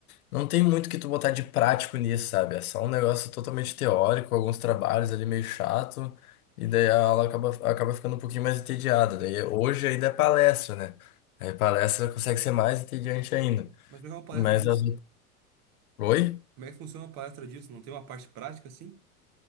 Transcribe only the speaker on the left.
não tem muito que tu botar de prático nisso, sabe? É só um negócio totalmente teórico, alguns trabalhos ali meio chato, e daí a aula acaba, acaba ficando um pouquinho mais entediada. Daí hoje ainda é palestra, né? Aí palestra consegue ser mais entediante ainda.
Mas
as... Oi?